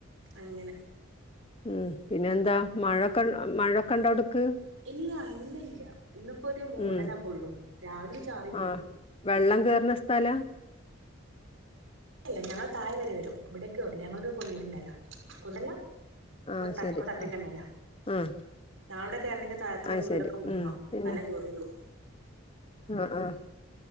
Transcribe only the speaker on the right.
അങ്ങനെ.
ഇല്ല ഇന്നില്ല ഇന്നിപ്പോ ഒരു മൂഡല
ഫുള്ളും രാവിലെ ഒന്ന് ചാറിപ്പോയി.
എല്ല ഞങ്ങളെ തായ വരെ വരും ഇവിടെയൊക്കെ കേറൂല ഞങ്ങളരു കുന്നിൻ മേലാ കുണ്ടല്ല.
കൊ തട്ട
കൊ തട്ടിന്റെറെ
മേല.
ഞങ്ങളോടെ കേറണെങ്കിൽ താഴത്ത് ഉള്ള
വീടൊക്കെ
മുങ്ങണം
എന്നാലേ കേറുള്ളൂ.